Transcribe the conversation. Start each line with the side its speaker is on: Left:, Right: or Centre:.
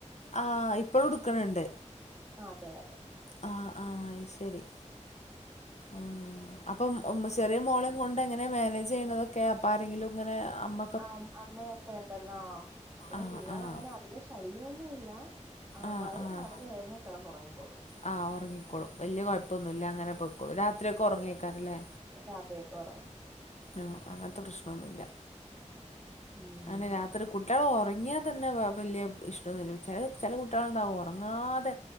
Left: ആ ഇപ്പളും എട്ക്ക്ണ്‌ ണ്ട്
Right: അതെ അതെ
Left: ആഹ് ആഹ് ശരി ആഹ് അപ്പം ചെറിയ മോളും കൊണ്ട് എങ്ങനെ മാനേജ് ചെയ്യണതൊക്കെ അപ്പ ആരെങ്കിലും ഇങ്ങനെ അമ്മ
Right: ആ അമ്മയപ്പ ഉണ്ടല്ലോ പിന്നെ
Left: ആഹ്
Right: കുഞ്ഞൾ
Left: ആഹ്
Right: അങ്ങനെ അധികം ശല്യന്നുല്ല ആ
Left: ആഹ്
Right: വയർ
Left: ആഹ്
Right: നിറഞ്ഞ് കഴിഞ്ഞ കിടന്ന് ഉറങ്ങിക്കോളൂ
Left: ആഹ് ഉറങ്ങിക്കോളും വലിയ കുഴപ്പൊന്നുല്ല അങ്ങനെ പോയിക്കോളും രാ ത്രയൊക്കെ
Right: ഇല്ല
Left: ഉറങ്ങേക്കാറല്ലേ
Right: രാത്രിയൊക്കെ ഉറങ്ങും.
Left: ആഹ് അങ്ങനത്തെ പ്രശ്നംന്നുല്ല
Right: ഉം
Left: ന്നെ രാത്രി കുട്ടിളെ ഉറങ്ങിയാ തന്നെ വലിയ ഇഷ്ടന്നുല്ല ചില ചില കുട്ടികളുണ്ടാവും ഉറങ്ങാതെ